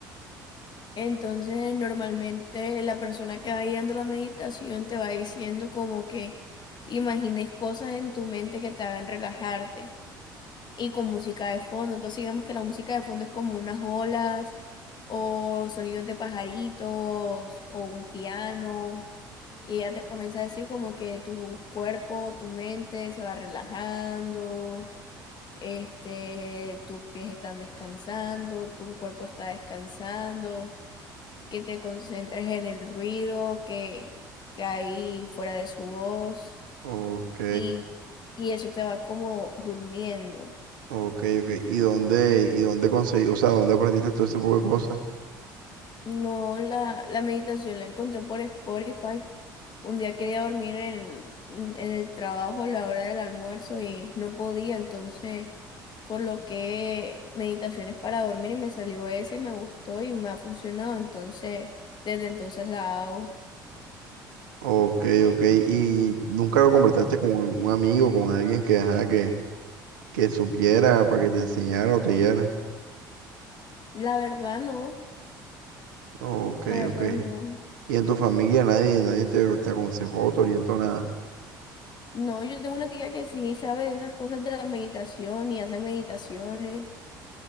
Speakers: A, on the left (about 45°); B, on the right (about 75°).
A: Entonces, normalmente la persona que va guiando la meditación te va diciendo como que imagines cosas en tu mente que te hagan relajarte. y con música de fondo. Entonces digamos que la música de fondo es como unas olas o sonidos de pajaritos o un piano y ya te comienza a decir como que tu cuerpo, tu mente se va relajando, este, tus pies están descansando, tu cuerpo está descansando, que te concentres en el ruido que, que hay fuera de su voz
B: Ok,
A: y, y eso te va como durmiendo.
B: ok, ok, ¿y dónde, y dónde conseguí, o sea, dónde aprendiste todo ese poco de cosas?
A: No, la, la meditación la encontré por Spotify. Un día quería dormir en, en el trabajo a la hora del almuerzo y no podía, entonces coloqué meditaciones para dormir y me salió esa y me gustó y me ha funcionado, entonces desde entonces la hago.
B: Ok, ok. ¿Y nunca lo completaste con un un amigo, con alguien que, ajá, que, que supiera para que te enseñara o te guiara?
A: La verdad no,
B: Ok,
A: la
B: ok.
A: verdad no.
B: ¿Y en tu familia nadie, nadie te, te aconsejó, te orientó nada?
A: No, yo tengo una tía que sí sabe esas cosas de la meditación y hace meditaciones,